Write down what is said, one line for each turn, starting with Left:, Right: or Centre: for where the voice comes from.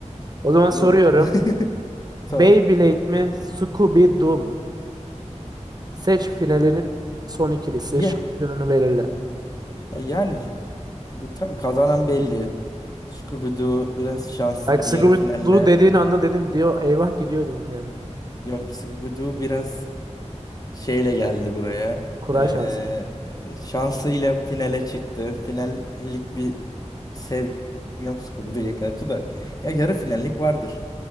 Right: O zaman soruyorum.
Left: Bir de- <laughs>
Right: Beyblade
Left: Sor.
Right: mi? Scooby-Doo mu? Seç finalini son ikilisi.
Left: Ya,
Right: Şampiyonunu belirle.
Left: ya yani bu tabii kazanan belli. Scooby-Doo biraz şanslı
Right: Bak
Left: bir
Right: Scooby-Doo
Left: yarı finalle.
Right: dediğin anda dedim diyor. Eyvah gidiyor dedim yani.
Left: Yok Scooby-Doo biraz şeyle geldi buraya.
Right: Kura
Left: Ee,
Right: şansı
Left: e, şansıyla finale çıktı. Finallik bir sevgim yok Scooby-Doo'ya karşı da. Ya yarı finallik vardır.